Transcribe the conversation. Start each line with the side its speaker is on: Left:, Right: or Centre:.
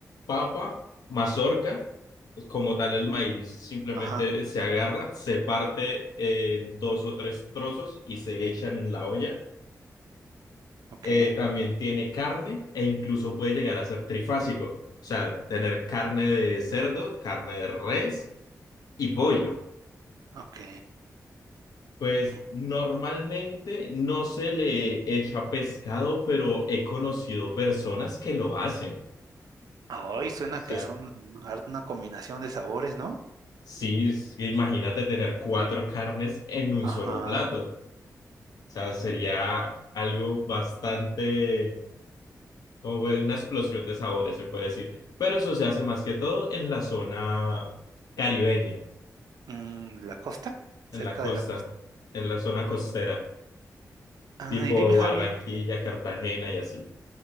Left: papa, mazorca, pues como tal el maíz simplemente
Right: Ajá,
Left: se agarra, se parte en dos o tres trozos y se echa en la olla.
Right: ok,
Left: Eh, también tiene carne e incluso puede llegar a ser trifásico, o sea, tener carne de cerdo, carne de res y pollo.
Right: ok.
Left: Pues
Right: mm.
Left: normalmente no se le echa pescado, pero he conocido personas que lo hacen.
Right: Ay, suena
Left: O sea,
Right: que son har- una combinación de sabores, ¿no?
Left: sí, es que imagínate tener cuatro carnes en un solo
Right: Ajá.
Left: plato. O sea, sería algo bastante, como fue una explosión de sabores, se puede decir. Pero eso se hace más que todo en la zona caribeña,
Right: mm, ¿la costa? Cerca
Left: en la costa,
Right: de la costa.
Left: en la zona
Right: Ah,
Left: costera,
Right: Ah,
Left: tipo
Right: y dime, Javier,
Left: Barranquilla, Cartagena y así.